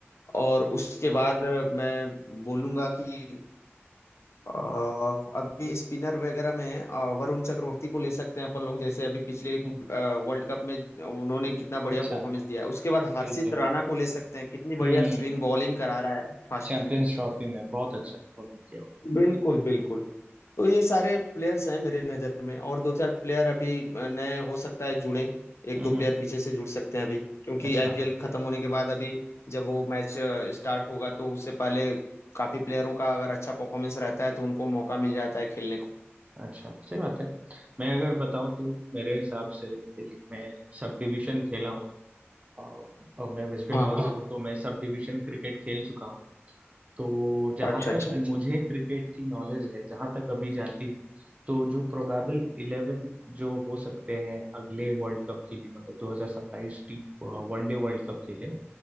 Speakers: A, on the left; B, on the right.
A: और उसके बाद अ, मैं बोलूंगा कि अ, अभी स्पिनर वगैरह में अ, वरुण चक्रवर्ती को ले सकते हैं अपन लोग जैसे अभी पिछले
B: हम्म,
A: वर्ल्ड कप में उन्होंने कितना बढ़िया
B: अच्छा
A: परफॉर्मेंस दिया है उसके बाद
B: बिल्कुल
A: हर्षित राणा को ले सकते हैं कितनी
B: हम्म
A: बढ़िया स्विंग बॉलिंग करा रहा है फास्ट
B: चैंपियंस ट्रॉफी में बहुत अच्छा परफॉर्म किया हुआ
A: बिल्कुल बिल्कुल तो ये सारे प्लेयर्स हैं मेरे नज़र में और दो चार प्लेयर अभी अ, नए हो सकता है जुड़े एक
B: हम्म
A: दो
B: हम्म,
A: प्लेयर पीछे से जुड़ सकते हैं अभी क्योंकि
B: अच्छा
A: आईपीएल खत्म होने के बाद अभी जब वो मैच स्टार्ट होगा तो उससे पहले काफी प्लेयरों का अगर अच्छा परफॉर्मेंस रहता है तो उनको मौका मिल जाता है खेलने को
B: अच्छा सही बात है मैं अगर बताऊं तो मेरे हिसाब से देखिए मैं सब डिवीजन खेला हूँ अ, और मैं वेस्ट बंगाल
A: हाँ हाँ
B: से हूँ हाँ तो मैं सब डिवीजन क्रिकेट खेल चुका हूँ तो जहां
A: अच्छा
B: तक
A: अच्छा
B: अच्छा अच्छा मुझे क्रिकेट की नॉलेज है जहां तक अभी जाती है तो जो प्रोबेबल इलेवन जो हो सकते हैं अगले वर्ल्ड कप के लिए मतलब 2027 टी वनडे वर्ल्ड कप के लिए